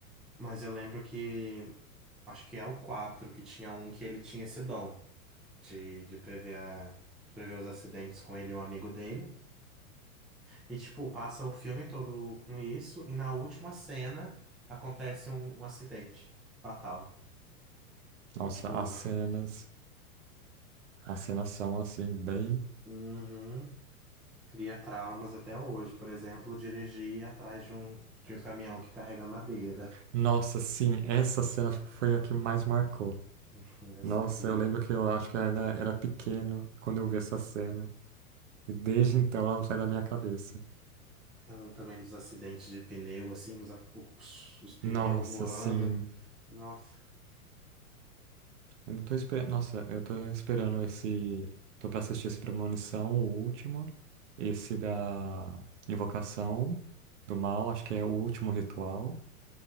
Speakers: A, in the centre; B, on the right.
A: Mas eu lembro que, acho que é o 4 que tinha um que ele tinha esse dom de, de prever a- de prever os acidentes com ele e um amigo dele. E, tipo, passa o filme todo com isso, e na última cena acontece um um acidente fatal.
B: Nossa,
A: E tipo,
B: as cenas, as cenas são assim, bem.
A: uhum, cria traumas até hoje. Por exemplo, dirigir atrás de um, de um caminhão que carrega madeira.
B: Nossa, sim, essa cena foi a que mais marcou.
A: <laughs> Essa
B: Nossa,
A: daí.
B: eu lembro que eu acho que eu ainda era pequeno quando eu vi essa cena. E desde então ela não sai da minha cabeça.
A: Falando também dos acidentes de pneu, assim, os, a- ups, os pneus
B: Nossa,
A: voando.
B: sim.
A: Nossa,
B: Eu não tô esperando. Nossa, eu tô esperando esse. Tô pra assistir esse Premonição, o último. Esse da Invocação do Mal, acho que é o último ritual,